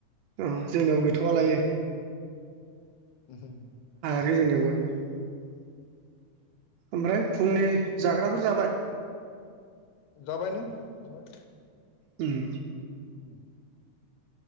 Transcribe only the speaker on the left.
<unintelligible>
जाबाय नो जाबाय।
<inaudible>